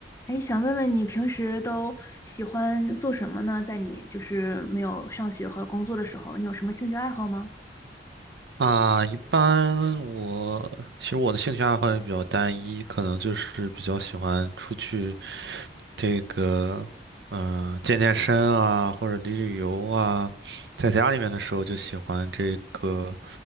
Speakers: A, on the left (about 15°); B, on the right (about 75°).
A: 哎，想问问你平时都喜欢做什么呢？在你就是没有上学和工作的时候，你有什么兴趣爱好吗？
B: 啊，一般我其实我的兴趣爱好也比较单一，可能就是比较喜欢出去这个，嗯、健健身啊，或者旅旅游啊。在家里面的时候就喜欢这个